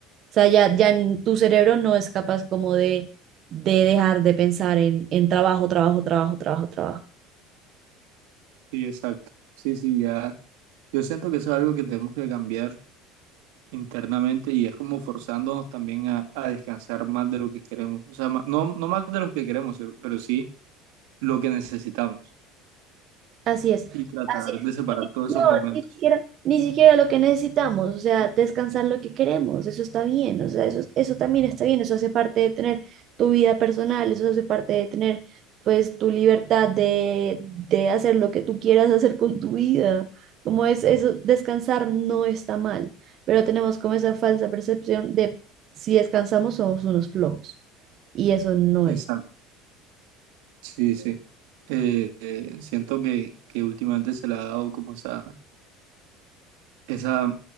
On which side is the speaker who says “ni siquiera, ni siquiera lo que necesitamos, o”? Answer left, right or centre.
Right